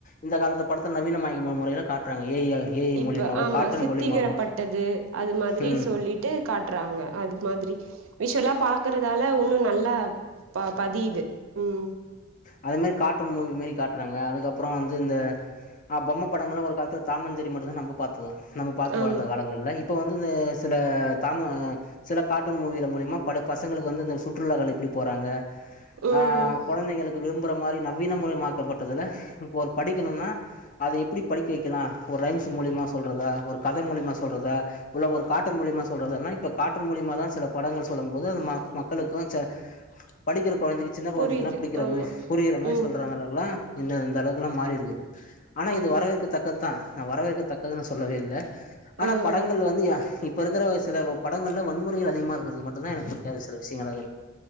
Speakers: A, on the left (about 40°); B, on the right (about 70°).
A: இந்த காலத்த படத்த நவீனமாக முறைல காட்றாங்க ஏ ஐ ஏ ஐ
B: இப்ப
A: மூலியமாவோ
B: ஆமா
A: கார்ட்டூன்
B: சித்திகரப்பட்டது
A: மூலியமாவோ
B: அது மாதிரி
A: ம்
B: சொல்லிட்டு காட்டுறாங்க அது மாதிரி விஷ்வல்லா பாக்றதால ஒன்னு நல்லா ப பதியுது ம்
A: அதே மாரி கார்ட்டூன் மூவிமாரி காட்றாங்க அதுக்கப்றோ வந்து இந்த பொம்ம படங்கள்லா ஒரு காலத் டாமன் செரி மட்டுதா நம்ப பாத்தோ நம்ம பாத்து
B: ஆமா
A: வளந்த கால ங்கல்ல இப்ப வந்து இந்த சில தாம சில கார்ட்டூன் மூவில மூலியமா பல பசங்ளுக்கு வந்து இந்த சுற்றுலாகள் எப்டி போறாங்க
B: ம்
A: ஆ
B: ம்
A: கொழந்தைங்களுக்கு விரும்புறமாரி நவீன முரையமாக்கப்பட்டதுல இப்போ ஒரு படிக்கணுன்னா அத எப்டி படிக்க வெக்லா ஒரு ரைம்ஸ் மூலியமா சொல்றதா ஒரு கத மூலியமா சொல்றதா உள்ள ஒரு கார்டூன் மூலியமா சொல்றதுன்னா இப்ப கார்டூன் மூலியமாதா சில படங்கள் சொல்லும்போது அது ம மக்களுக்கு ச படிக்குற கொழுந்தக்கு சின்ன கொழந்தைக்குல்லா
B: புரியுது
A: புடிக்கிறமாரி
B: ஆமா
A: புரியிறமாரி
B: ம்
A: சொல்றாங்க எல்லாரு லா இந்தந்த அளவுக்குல்லா மாறிருக்குது ஆனா
B: ஆமா
A: இது வரவேற்கத்தக்கதா வரவேற்க தக்கதுன் நா சொல்லவே இல்ல ஆனா
B: ஆ
A: படங்கள்
B: ஆ
A: வந்து யா இப் இப்பருக்குற சில படங்கள்ல வன்முறைகள் அதிகமா இருக்றது மட்டுதா எனக்கு புடிக்காத சில விஷயங்களாருக்